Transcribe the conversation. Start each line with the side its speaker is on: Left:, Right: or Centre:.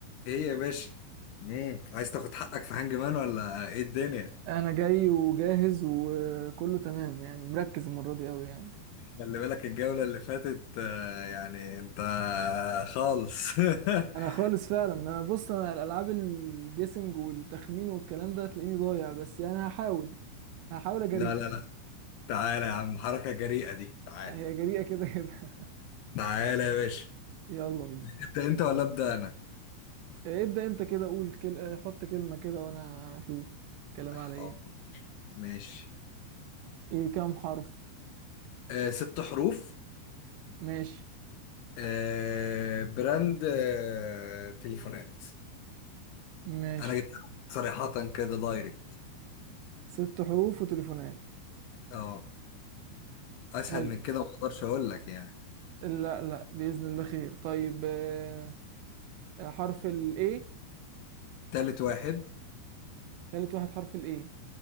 Left: ايه يا باشا مم. عايز تاخد حقك في هانج مان ولا ايه الدنيا
Right: انا جاي وجاهز وكله تمام يعني مركز المره دي قوي يعني
Left: خلي بالك الجولة اللي فاتت آه، يعني انت خالص <laughs>
Right: انا خالص فعلا انا بص انا الالعاب الجيسنج والتخمين والكلام ده تلاقيني ضايع بس يعني هحاول هحاول اجري
Left: لا لا لا تعالى يا عم حركة جريئة دي تعالى
Right: هي جريئه كده كده
Left: تعالى يا باشا
Right: <laughs> يلا بينا
Left: ابدأ انت ولا ابدأ انا
Right: إيه، ابدا انت كده قول كل... آه، حط كلمه كده وانا اشوف كلام على
Left: حاضر.
Right: ايه
Left: ماشي
Right: ايه كام حرف
Left: آه ست حروف
Right: ماشي
Left: آه براند آه تليفونات
Right: ماشي
Left: انا جبت صريحة كده دايركت
Right: ست حروف وتليفونات
Left: اه اسهل
Right: طيب
Left: من كده ما اقدرش اقول لك يعني
Right: لا لا باذن الله خير طيب آه، حرف الايه
Left: تالت واحد
Right: تالت واحد حرف الايه